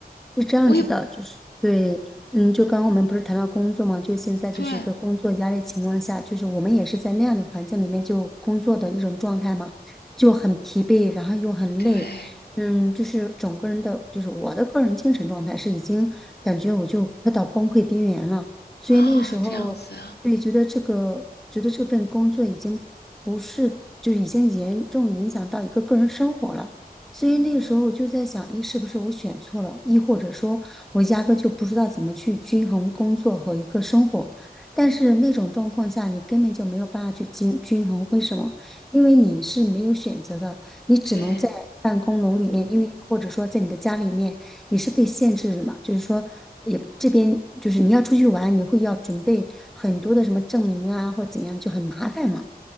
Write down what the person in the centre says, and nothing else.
是这样子的，
就是对，嗯，就刚刚我们不是谈到工作嘛，就现在就是一个工作压力情况下，
就是我们也是在那样的环境里面就工作的一种状态嘛，就很疲惫，然后又很累，
嗯，就是整个人的，就是我的个人精神状态是已经感觉我就快到崩溃边缘了，所以那个时候，
对，觉得这个，觉得这份工作已经不是，就是已经严重影响到一个个人生活了。所以那个时候我就在想，诶，是不是我选错了？亦或者说，我压根儿就不知道怎么去均衡工作和一个生活。但是那种状况下，你根本就没有办法去均均衡。为什么？因为你是没有选择的，你只能在办公楼里面，
因为或者说在你的家里面，你是被限制的嘛。就是说，也这边就是你要出去玩，你会要准备很多的什么证明啊，或者怎样，就很麻烦嘛。